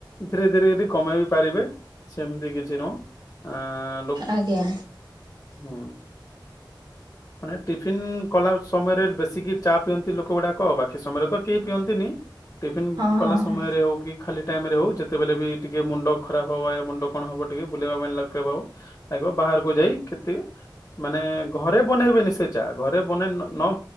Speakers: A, on the left; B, on the right.
A: ଧୀରେ ଧୀରେଦି କମେଇ ବିି ପାରିବେ ସେମିତି କିଛି ନୁହଁ ଆ ଆ ଲ
B: ଆଜ୍ଞା
A: ହୁଁ। ମାନେ ଟିଫିନ କଲା ସମୟରେ ବେଶୀକି ଚା ପିଅନ୍ତି ଲୋକ ଗୁଡାକ ବାକି ସମୟରେ ତ କେହି ପିଅନ୍ତିନି। ଟିଫନ୍
B: ହଁ
A: କଲା
B: ହଁ
A: ସମୟରେ
B: ହଁ
A: ହଉ କି ଖାଲି ଟାଇମ ରେ ହଉ ଯେତେବେଳେ ବି ଟିକେ ମୁଣ୍ଡ ଖରାପ ହବ ମୁଣ୍ଡ କଣ ହବ ଟିକେ ବୁଲେଇବା ପାଇଁ ଲ ଆଉ ଲିବ ବାହାରକୁ ଯାଇ କେତେ ମାନେ ଘରେ ବନେଇବେନି ସେ ଚା ଘରେ ଘ ବନେଇ ନ